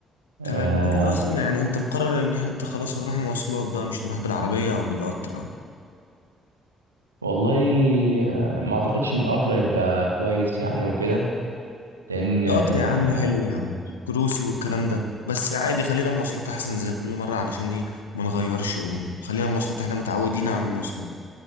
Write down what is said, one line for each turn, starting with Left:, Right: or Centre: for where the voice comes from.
Right: آه
Left: تمام انت كده أصلا يعني انت مقرر إن احنا انت خلاص هنروح مواصلات بقى مش هنروح بالعربية أو بالقطر أو
Right: والله آه ما اعتقدش ان القطر هيبقى كويس يعني وكده لان
Left: في
Right: آه
Left: قطر يا عم حلو يا عم كروسي والكلام ده بس عادي خلينا مواصلات أحسن زي كل مرة علشان إيه ما نغيرش ونخلينا مواصلات احنا متعودين على المواصلات